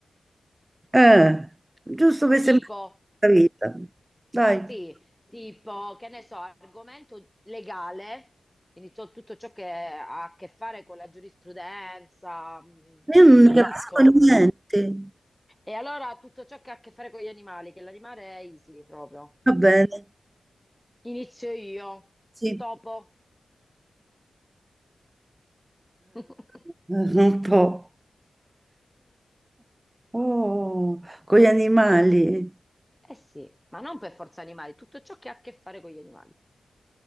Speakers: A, on the right; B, in the centre.
A: eh, giusto per sembrare
B: Tipo,
A: la vita. Dai,
B: Sì, tipo, che ne so, argomento legale, quindi to- tutto ciò che ha a che fare con la giurisprudenza, mh,
A: io non
B: il diritto,
A: ne capisco niente.
B: e allora tutto ciò che ha a che fare con gli animali, che l'animale è easy proprio.
A: Va bene,
B: Inizio io,
A: sì.
B: topo. <laughs>
A: <laughs> Un po'. Oh, con gli animali.
B: Eh sì, ma non per forza animali, tutto ciò che ha a che fare con gli animali.